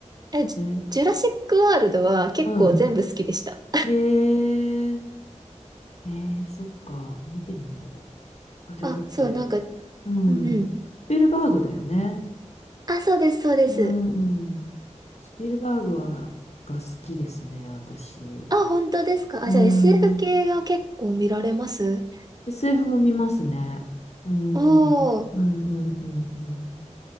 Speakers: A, on the right; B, on the left.
A: え、ジュジュラシックワールドは結構全部好きでした。
B: えー、うん。えー、えー、そっか。見てみよう。あれだって、
A: あ、そう、なんか、
B: うん。
A: うんうん。
B: スピルバーグだよね。
A: あ、そうです、そうです。
B: うん。スピルバーグは、が好きですね、私。
A: あ、本当ですか。あ、
B: うん。
A: じゃあ SF 系が結構見られます
B: SF も見ますね。うん。
A: おー、
B: うん、うん、うん、